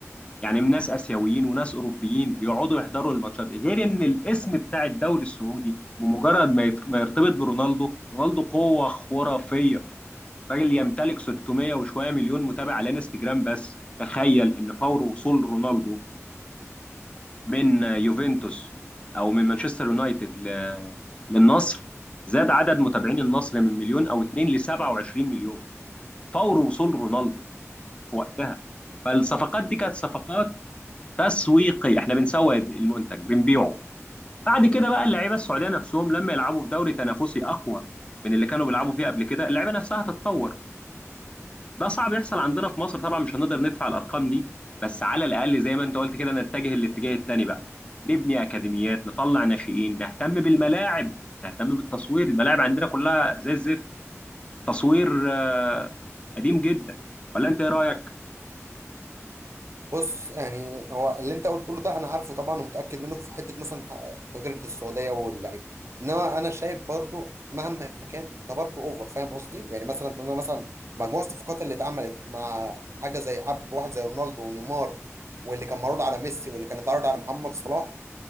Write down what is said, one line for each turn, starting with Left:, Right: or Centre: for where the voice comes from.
Left: يعني من ناس اسيويين وناس اوروبيين بيقعدوا يحضروا الماتشات غير ان الاسم بتاع الدوري السعودي بمجرد ما يت- ما يرتبط برونالدو رونالدو قوة خرافية راجل يمتلك 600 وشوية مليون متابع على انستجرام بس تخيل ان فور وصول رونالدو من يوفنتوس او من مانشستر يونايتد ل- للنصر زاد عدد متابعين النصر من مليون او اتنين ل 27 مليون فور وصول رونالدو في وقتها فالصفقات دي كانت صفقات تسويقية احنا بنسوق المنتج بنبيعه بعد كده بقى اللعيبه السعوديه نفسهم لما يلعبوا في دوري تنافسي اقوى من اللي كانوا بيلعبوا فيه قبل كده اللعيبه نفسها هتتطور ده صعب يحصل عندنا في مصر طبعا مش هنقدر ندفع الارقام دي بس على الاقل زي ما انت قلت كده نتجه الاتجاه التاني بقى نبني اكاديميات نطلع ناشئين نهتم بالملاعب نهتم بالتصوير الملاعب عندنا كلها زي الزفت تصوير آه، قديم جدا ولا انت ايه رايك
Right: بص يعني هو اللي انت قلت كله ده انا عارفه طبعا ومتاكد منه في حته مثلا تجربه السعوديه واللعيبه انما انا شايف برضو مهما كان ده برضو اوفر فاهم قصدي يعني مثلا انا مثلا مجموع الصفقات اللي اتعملت مع حاجه زي حب واحد زي رونالدو ونيمار واللي كان معروض على ميسي واللي كان اتعرض على محمد صلاح